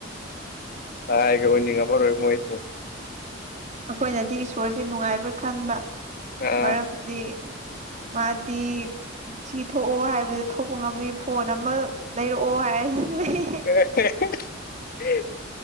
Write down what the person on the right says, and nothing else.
ꯑꯩꯈꯣꯏꯅꯗꯤ ꯏꯁꯣꯔꯁꯦ ꯅꯨꯡꯉꯥꯏꯕ ꯈꯟꯕ
ꯃꯔꯝꯗꯤ ꯃꯥꯗꯤ ꯁꯤ ꯊꯣꯛꯑꯣ ꯍꯥꯏꯕꯗꯨ ꯊꯣꯛꯄ ꯉꯝꯃꯤ ꯐꯣꯟ ꯑꯃ ꯂꯩꯔꯛꯑꯣ ꯍꯥꯏꯔꯁꯨ ꯂꯩ